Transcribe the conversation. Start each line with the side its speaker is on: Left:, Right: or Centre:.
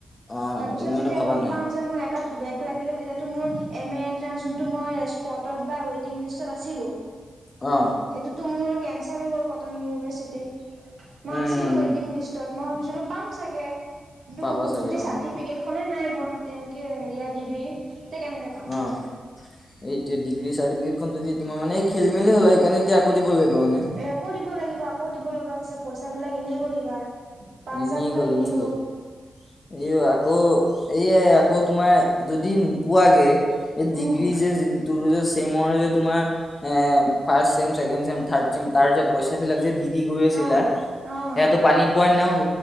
Left: অ
Right: তাৰপিছত
Left: তুমি
Right: যেতিয়া
Left: মানে ভাবা
Right: গম
Left: নাই
Right: পাও যে মোৰ এ বেগ লাগিলে তেতিয়াতো মোৰ এম এ এণ্ট্ৰেস যোনটো মই স্পটত বা ৱেইটিং লিষ্টত আছিলোঁ
Left: অ
Right: সেইটোতো মোৰ কেনচেল হৈ গ'ল কটন ইউনিভাৰ্চিটি মই
Left: উম
Right: আছিলো ৱটিং
Left: উম
Right: লিষ্টত মই ভাবিছিলো পাম চাগে কিন্তু
Left: পাবা চাগে
Right: যদি
Left: অ
Right: চাৰ্টিফিকেট খনে নাই গুৱাহাটী হেৰিয়া ডিগ্ৰী তে কেনেকে পাম
Left: অ এইতিয়া ডিগ্ৰী চ তাৰ মে খেল মেলি হ' সেইকাৰে এতিয়া আকৌ দিব লাগিব মানে
Right: এ আকৌ দিব লাগিব আকৌ দিব লগা হৈছে পইচা বিলাক এনেই গ'ল এইবাৰ পাঁচ
Left: ই
Right: হাজাৰ
Left: নি
Right: টকা
Left: গ'ল
Right: এনেই
Left: নি গ'ল এই আকৌ এইয়াই আকৌ তোমাৰ যদি নোপোৱাগৈ এই ডিগ্ৰী
Right: উম
Left: যে ত যে চেমৰ যে তোমাৰ এ ফাৰ চেমছেে চম থ্ড চিম তাৰ যেত পইচা বিলাক যে দি দি গৈ আছিলা
Right: অ অ
Left: সয়াাতটো পানীত পোৱাৰাই ননা হল